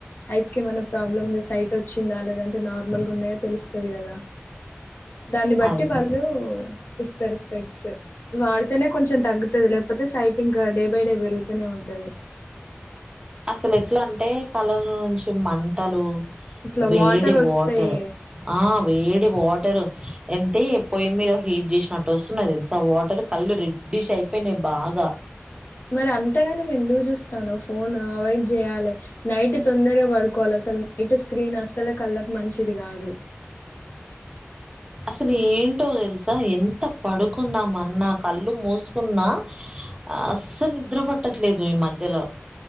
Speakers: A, on the left; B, on the right.
A: ఐస్ కెమాన్న ప్రాబ్లమ్ ఉందా సైట్ వచ్చిందా లేదంటే నార్మల్ గా ఉన్నాయా తెలుస్తది కదా దాన్ని బట్టి
B: అది
A: వాళ్ళు ఇస్తారు స్పెడ్స్ వాడితేనే కొంచెం తగ్గుతది లేకపోతే సైట్ ఇంకా డే బై డే పెరుగుతూనే ఉంటది ఉమ్
B: అసలు ఎట్లా అంటే కళ్ళ లో నుంచి మంటలు
A: ఇట్లా
B: వేడి
A: వాటర్ వస్తాయి
B: వాటర్ ఆ వేడి వాటరు ఎంటే పోయ్యి మీద హీట్ చేసినట్టు వస్తున్న ది తెలుసా వాటర్ కళ్ళు రెడ్డిష్ అయిపోయినయ్ బా గా
A: మరి అంతగానము ఎందుకు చూస్తాన్నవు ఫోన్ అవాయిడ్ చేయ్యాలి నైట్ తొందరగా పడుకోవాలి అసలు నైట్ స్క్రీన్ అసలు కళ్ళకు మంచిది కాదు
B: అసలు ఏంటో తెలుసా ఎంత పడుకున్నా మన్న కళ్ళు మూసుకున్నా అస్సలు నిద్ర పట్టట్లేదు ఈ మధ్యలో